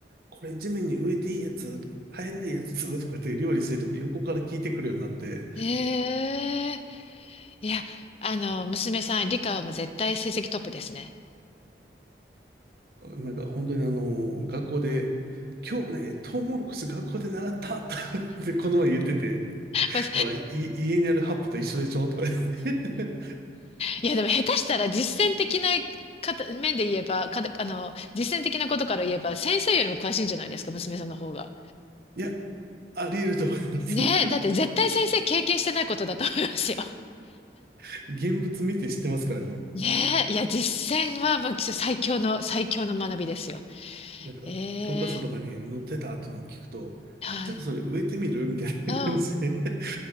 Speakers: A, on the right (about 55°); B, on the left (about 35°).
A: これ地面に植えていいやつ、生えないやつとかって料理してると横から聞いてくるようになって、
B: ええいや、あの、娘さん、理科はもう絶対成績トップですね。
A: なんか本当にあの、学校で、今日ね、トウモロコシ学校で習ったって <laughs> この前言ってて、
B: まあ
A: ほら、い、家にあるハップと一緒でしょとか言って。
B: いや、でも下手したら実践的な方面で言えば、かた、あの、実践的なことから言えば、先生よりも詳しいんじゃないですか、娘さんの方が。
A: <laughs> いや、あり得ると思います。
B: ねえ、だって絶対先生経験してないことだと思いますよ。
A: <laughs> 現物見て知ってますからね。
B: ねえ、いや、実践はもう最強の、最強の学びですよ。
A: なんか、
B: ええ
A: 教科書とかに載ってたっていうのを聞くと、
B: はい。
A: じゃあそれ植えてみるみたいな感じで、
B: うん。
A: <laughs>